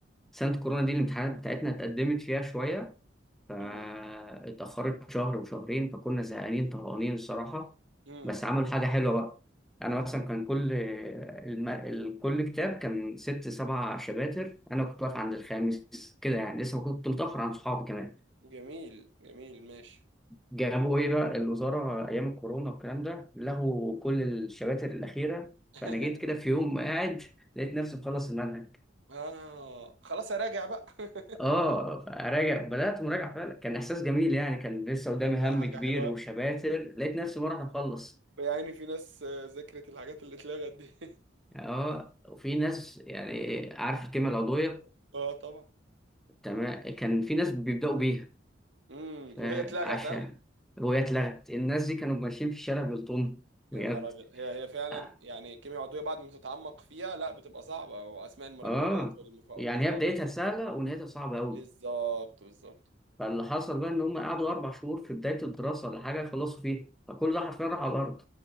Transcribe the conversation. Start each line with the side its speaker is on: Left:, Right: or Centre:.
Centre: سنه الكورونا دي الامتحانات بتاعتنا اتقدمت فيها شويه فاتاخرت
Right: ده
Centre: شهر وشهرين فكنا زهقانين طهقانين الصراحه
Right: امم
Centre: بس عملوا حاجه حلوه بقى انا مثلا كان كل الم... ال- كل كتاب كان ست سبع شباتر انا كنت واقف عند الخامس كده يعني لسه ما كنت متاخر عن صحابي كمان
Right: جميل جميل ماشي
Centre: جابوا ايه بقى الوزاره ايام الكورونا والكلام ده لغوا كل الشباتر الاخيره
Right: <laughs>
Centre: فانا جيت كده في يوم قاعد لقيت نفسي مخلص المنهج
Right: اه خلاص اراجع بقى <laughs>
Centre: اه فراجع بدات مراجعه فعلا كان احساس جميل يعني كان لسه قدامي
Right: صدق
Centre: هم
Right: حاجة
Centre: كبير
Right: حلوة
Centre: وشباتر لقيت نفسي بروح اخلص
Right: يعني في ناس آه، ذاكرت الحاجات اللي اتلغت دي <laughs>
Centre: اه وفي ناس يعني عارف الكلمه العضويه
Right: اه طبعا
Centre: تمام كان في ناس بيبداوا بيها
Right: امم
Centre: فعشان
Right: وهي اتلغت ها
Centre: وهي اتلغت الناس دي كانوا ماشيين في الشارع بالطن بجد
Right: يا نهار ابيض هي هي فعلا
Centre: اه
Right: يعني كيمياء عضوية بعد ما تتعمق فيها لا بتبقى صعبة واسماء المركبات
Centre: آه،
Right: والمف- والتفاعلات
Centre: يعني هي بدايتها سهله ونهايتها صعبه قوي
Right: بالظبط بالظبط
Centre: فاللي حصل بقى ان هم قعدوا اربع شهور في بدايه الدراسه ولا حاجه يخلصوا فيها فكل ده حرفيا راح على الارض